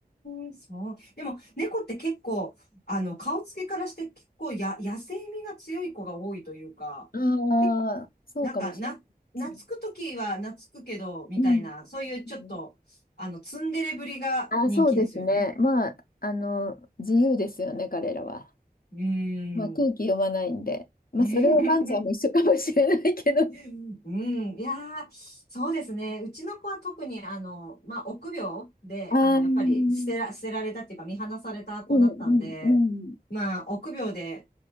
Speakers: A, on the left; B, on the left.
A: ーん、そう。でも、猫って結構、あの、顔つけからして結構や、野生味が強い子が多いというか、
B: うああ、
A: け
B: そうかもしれないですね。
A: なんか、な、懐くときは懐くけど、みたいな、
B: う。うん。
A: そういうちょっと、
B: うん
A: あの、ツンデレぶりが人気ですよね。
B: あ、そうですね。まあ、あの、自由ですよね、彼らは。
A: うーん。
B: まあ、空気読まないんで。まあ、
A: <laughs>
B: それはバンちゃんも一緒かもしれないけど。
A: うん、いやー、そうですね。うちの子は特に、あの、まあ、臆病で、
B: ああ、
A: あの、
B: うん
A: やっぱり捨てら、捨てられたっていうか、見放された子だったんで、
B: うんうん、
A: まあ、臆病で、